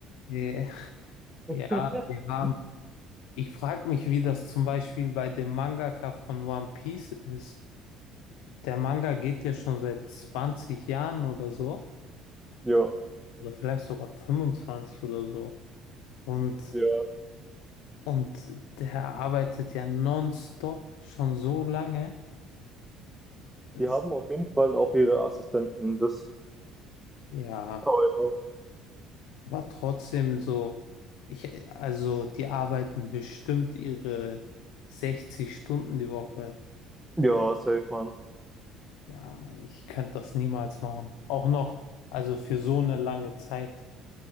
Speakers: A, on the left; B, in the centre.
A: Yeah.
B: <laughs>
A: Ja, die haben. Ich frage mich, wie das zum Beispiel bei dem Mangaka von One Piece ist. Der Manga geht ja schon seit 20 Jahren oder so,
B: Ja,
A: oder vielleicht sogar 25 oder so. Und,
B: ja.
A: und der arbeitet ja nonstop schon so lange. Es-
B: Die haben auf jeden Fall auch ihre Assistenten. Das,
A: Ja.
B: aber
A: Aber trotzdem so, ich, also die arbeiten bestimmt ihre 60 Stunden die Woche.
B: ja, ja, safe, Mann.
A: Ja, ich könnte das niemals machen. Auch noch, also für so eine lange Zeit.